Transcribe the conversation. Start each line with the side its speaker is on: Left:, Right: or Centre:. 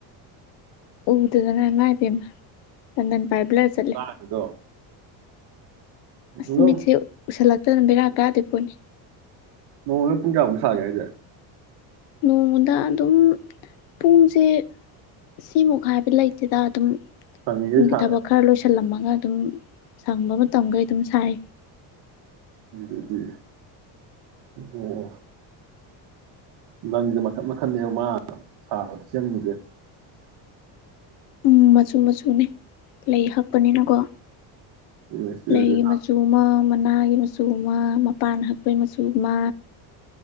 Left: ꯎꯗꯨꯗꯅꯃꯥꯏ ꯄꯦꯝ ꯇꯟꯗꯟ ꯄꯥꯏꯕꯂ ꯆꯠꯂꯦ
Right: ꯇꯥꯡꯉꯤꯗꯣ ꯑꯗꯨꯝ
Left: ꯑꯁꯃꯤꯁꯦ ꯎꯁꯥꯂ ꯐꯅ ꯕꯤꯔꯥ ꯀꯥꯗꯦ ꯄꯣꯅꯤ
Right: ꯅꯣꯡꯃꯒ ꯄꯨꯡ ꯀꯌꯥꯃꯨꯛ ꯁꯥꯒꯦ ꯍꯥꯏꯖꯦ
Left: ꯅꯣꯡꯃꯗ ꯑꯗꯨꯝ ꯄꯨꯡꯁꯦ ꯁ ꯁꯤꯃ ꯈꯥꯏꯕ ꯂꯩꯇꯦꯗ ꯑꯗꯨꯝ
Right: ꯁꯪꯉꯤꯒꯩ
Left: ꯌꯨꯡꯒꯤ
Right: ꯁꯥꯔꯦ
Left: ꯊꯕꯛ ꯈꯔ ꯂꯣꯏꯁꯤꯜꯂꯝꯃꯒ ꯑꯗꯨꯝ ꯁꯪꯕ ꯃꯇꯝꯈꯩ ꯑꯗꯨꯝ ꯁꯥꯏ
Right: ꯎꯗꯤ ꯑꯣ ꯅꯪꯁꯦ ꯃꯈꯟ ꯃꯈꯜꯅꯦ ꯃꯥ ꯁꯥꯕꯗ ꯁꯦꯝꯉꯁꯦ
Left: ꯎꯝ ꯃꯆꯨ ꯃꯆꯨꯅꯤ ꯂꯩ ꯍꯛꯄꯅꯤꯅꯀꯣ
Right: ꯑꯗꯨꯅꯦ ꯆꯦ ꯍꯣꯏꯗ
Left: ꯂꯩꯒꯤ ꯃꯆꯨ ꯑꯃ ꯃꯅꯥꯒꯤ ꯃꯆ ꯆꯣꯡꯃꯉꯥ ꯄꯥꯟ ꯍꯛꯄꯩ ꯃꯆꯨ ꯑꯃ